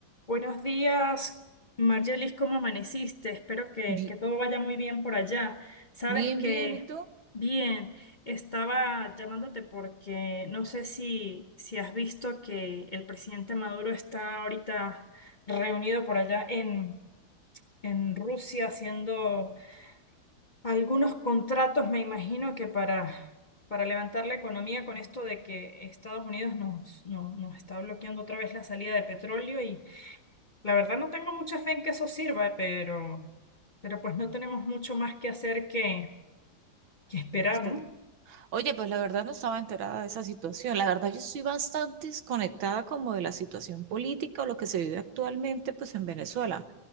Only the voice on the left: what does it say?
Buenos días, Margelis, ¿cómo amaneciste? Espero que,
que todo vaya muy bien por allá. Sabes
que,
bien, estaba llamándote porque no sé si, si has visto que el presidente Maduro está ahorita reunido por allá en, en Rusia haciendo algunos contratos, me imagino que para, para levantar la economía con esto de que Estados Unidos nos, no- nos está bloqueando otra vez la salida de petróleo la verdad no tengo mucha fe en que eso sirva, pero, pero pues no tenemos mucho más que hacer que, que esperar,
¿no?